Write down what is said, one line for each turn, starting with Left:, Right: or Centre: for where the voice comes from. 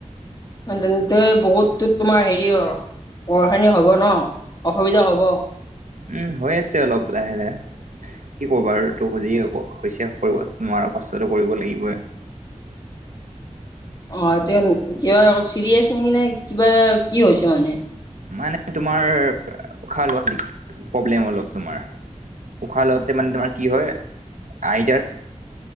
Left: তেন্তে বহুতো তোমাৰ হেৰি অ পঢ়াখিনি হ'ব ন অসুবিধা হ'ব।
Right: উম হৈ আছে অলপ লাহে লাহে। কি কবা আৰু তোক যি হৈছে কৰিব নোৱাৰা কষ্টটো কৰিব লাগিবই <inaudible>
Left: অ এতিয়া কিবা চিৰিয়েছ নেকি নে কিবা কি হৈছে মানে
Right: মানে তোমাৰ উশাহ লোৱা প্ৰব্লেম অলপ তোমাৰ। উশাহ লওঁতে মানে তোমাৰ কি হয়। আইতাৰ